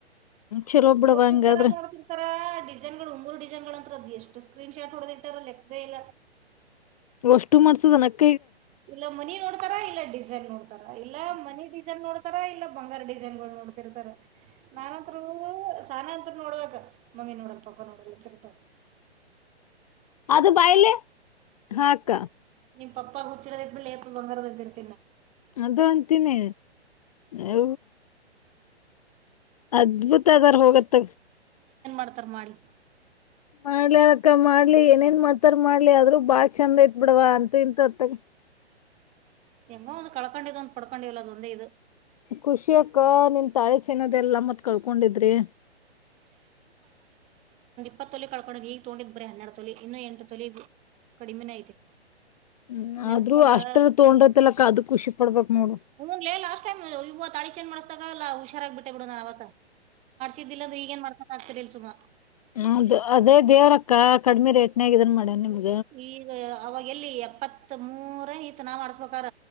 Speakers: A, on the left; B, on the right.
A: ಚಲೋ ಬಿಡವ್ವ
B: ನೋಡ್ತಿರ್ತಾರ
A: ಹಂಗಾದ್ರ
B: ನೋಡ್ತಿರ್ತಾರ ಡಿಸೈನ್ ಗಳು ಉಂಗುರು ಡಿಸೈನ್ ಗಳು ಅಂತರ ಅದು್ ಎಷ್ಟು ಸ್ಕ್ರೀನ್ ಶಾಟ್ ಹೊಡದಿ ಇಟ್ಟಾರ ಲೆಕ್ಕದೇ ಇಲ್ಲ
A: ಕಷ್ಟು ಮಾಡ್ಸ ನನಕ್ಕೆ
B: ಇಲ್ಲ ಮನಿ ನೋಡ್ತಾರಾ ಇಲ್ಲ ಡಿಸೈನ್ ನೋಡ್ತಾರ ಇಲ್ಲ ಮನಿ ಡಿಸೈನ್ ನೋಡ್ತಾರ ಇಲ್ಲ ಬಂಗಾರ ಡಿಸೈನ್ ನೋಡ್ತಿರ್ತಾರೆ ನಾನತ್ರರು ಸ ನೋಡುವಾಗ ಮಮ್ಮಿ ನೋಡ ಪಾಪ ನೋಡಲ್ಲ ಇತ್ತರ್ತ
A: ಅದು ಬಾಯಲೆ ಹಾಕ್ಕ
B: ನಿಮ ಪಪ್ಪ ಹುಚ್ಚಿೋದ ಇದ್ಮಳಿ ಬಂಗರದ್ದ ಇರ್ತಿಲ್ಲ
A: ಅದು ಅಂತೀನಿ ಹ ಅದ್ಭುತ ಅದಾರ ಹೋಗತ್ತ
B: ಮಾಡತರ್ ಮಾಡಿ
A: ಮಾಡ್ಲಿ ಅಕ್ಕ ಮಾಡ್ಲಿ ಏನೇನ್ ಮಾತಾರ್ ಮಾಡ್ಲಿ ಆದ್ೂ ಬಾಳ ಚಂದ ಯತ್ ಬಿಡವ ಅಂತ ಇಂತ ಅತ್ತಗ
B: ಎಂಗೋ ಒಂದು ಕಡಕೊಂಡದ ಒಂದು ಪಡಕೊಂಡೀಲ್ಲ ಅದು ಒಂದೇ ಇದು
A: ಖುಷಿಯಕ್ಕ ನಿನ್ ತಾಳೆ ಚೆನ್ನದ ಎಲ್ಲ ಮತ್ ಕಳ್ಕೊಂಡಿದ್ರಿ
B: ಇಪ್ಪತ್ತೊಲೆ ಕಳ್ಕೊಂಡ ಈಗ ತಗೊಂಡಿದ್ ಬ್ರ ಹನ್ನೆರಡು ತೊಲಿ ಇನ್ನು ಎಟು ತೊಲಿ ಕಡಿಮೆ ಐತೆ
A: ಹ್ಮ್
B: ನೆನೆಸ್ಕೊಂಡ್ರ
A: ಆದ್ರೂ ಅಷ್ಟರ ತಗೊಂಡತಲಕ್ಕ ಅದು ಖುಷಿ ಪಡ್ಬೇಕ್ ನೋಡು
B: ಮೂನ್ಲೇ ಲಾಸ್ ಇವು ತಾಿ ಚೆಜ್ ಮಾಡಸಾಗಲ್ಲ ಹುಷಾರಾಗ ಬಿಟ್ಟೆ ಬಿಡ ನ ಅವ ಿದ್ದಿಲ್ಲ ಅ್ರೆ ಈಗಏನ್ ಮಾಡ್ತನ್ ಆಗ್ತತಿರಿಲ್ಲ ಸುಾ
A: ಹದು ಅದೇ ದೇವ್ರಕ್ಕ ಕಡಿ್ಮಿ ರೇಟ್ನಯಾಗ ಇದನ್ ಮಾಡ್ಯ ನಿಮ್ದ
B: ಈಗ ಅವಾಗ ಎಲ್ಲಿ ಎಪ್ಪತ್ ಮೂೂರ ಇತ್ ನಾವ್ ಮಾಡಸ್ಬೇಕಾರ